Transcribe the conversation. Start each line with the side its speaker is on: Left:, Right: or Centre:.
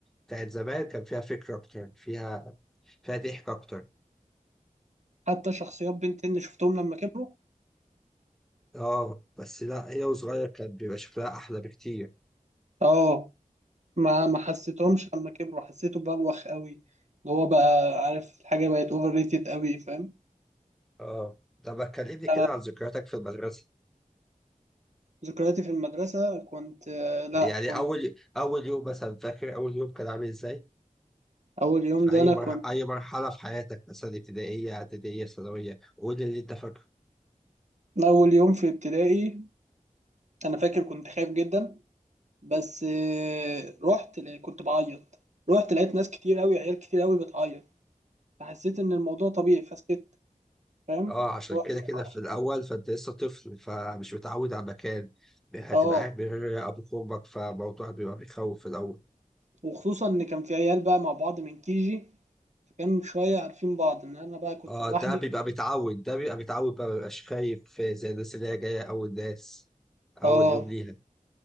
Centre: بتاعت زمان كان فيها فكرة أكتر فيها فيها ضحك أكتر
Right: حتى شخصيات بنتين اللي شفتهم لما كبروا
Centre: اه بس لا هي وصغير كان بيبقى شكلها أحلى بكتير
Right: اه ما ما حسيتهمش لما كبروا حسيته بوخ قوي اللي هو بقى عارف الحاجه بقت اوفر ريتد قوي فاهم
Centre: اه طب ما تكلمني كده
Right: أنا
Centre: عن ذكرياتك في المدرسة
Right: ذكرياتي في المدرسه كنت آه، لا
Centre: يعني
Right: كنت
Centre: اول اول يوم مثلا فاكر اول يوم كان عامل ازاي
Right: اول يوم
Centre: في
Right: ده
Centre: اي
Right: انا
Centre: مرحله
Right: كنت
Centre: اي مرحله في حياتك مثلا ابتدائيه اعداديه ثانويه قول لي اللي انت فاكره
Right: اول يوم في ابتدائي انا فاكر كنت خايف جدا بس آه، رحت لا- كنت بعيط رحت لقيت ناس كتير قوي عيال كتير قوي بتعيط فحسيت ان الموضوع طبيعي فسكت فاهم
Centre: اه عشان
Right: هو إيه؟
Centre: كده كده في الاول فانت لسه طفل فمش متعود على مكان هتبقى
Right: اه
Centre: قاعد من غير ابوك وامك فالموضوع بيبقى بيخوف في الاول
Right: وخصوصا ان كان في عيال بقى مع بعض من كيجي فكان شويه عارفين بعض ان انا بقى كنت
Centre: اه
Right: لوحدي
Centre: ده بيبقى متعود ده بيبقى متعود بقى مبيبقاش خايف زي الناس اللي هي جايه اول ناس اول
Right: اه
Centre: يوم ليها